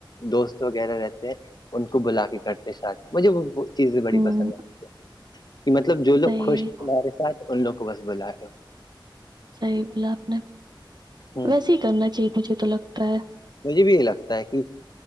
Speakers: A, on the left; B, on the right.
A: دوست وغیرہ رہتے ہیں ان کو بلا کے کرتے شادی مجھے وہ چیزیں بڑی
B: ہوں،
A: پسند ہے کہ مطلب جو لوگ
B: صحیح
A: خوش
B: ہے
A: ہیں تمہارے ساتھ ان لوگ کو بس بلا رہ ہو
B: صحیح بولا آپ نے
A: ہوں
B: ویسے ہی کرنا چاہیے مجھے تو لگتا ہے <unintelligible>
A: مجھے بھی یہ لگتا ہے کہ